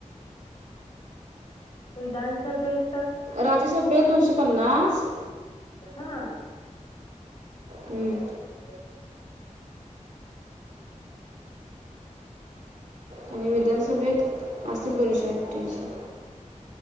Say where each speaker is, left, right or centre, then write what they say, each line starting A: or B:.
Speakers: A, on the left (about 50°); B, on the right (about 70°).
A: विधानसभेत
B: राज्यसभे ते दोनशे पन्नास
A: हा
B: हूं
A: <inaudible>
B: आणि विधानसभेत असतील दोनशे अठ्ठ्याऐंशी